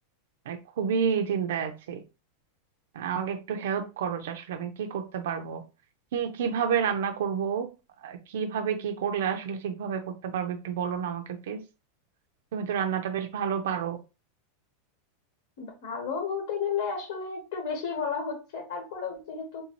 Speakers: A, on the right; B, on the left.
A: মানে খুবই চিন্তায় আছি মানে আমাকে একটু হেল্প করো যে আসলে আমি কি করতে পারবো কি কিভাবে রান্না করব আহ, কিভাবে কি করলে আসলে ঠিকভাবে করতে পারবো একটু বলো না আমাকে প্লিজ তুমি তো রান্নাটা বেশ ভালো পারো
B: ভালো বলতে গেলে আসলে একটু বেশি বলা হচ্ছে তারপরেও যেহেতু